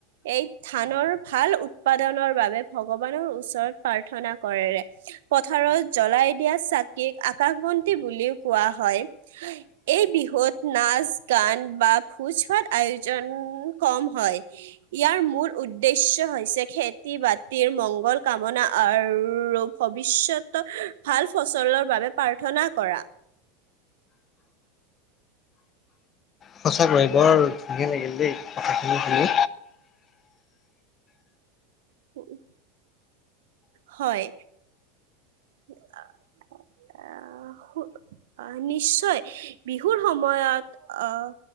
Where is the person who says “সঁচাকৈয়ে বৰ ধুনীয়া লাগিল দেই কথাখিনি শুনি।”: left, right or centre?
Left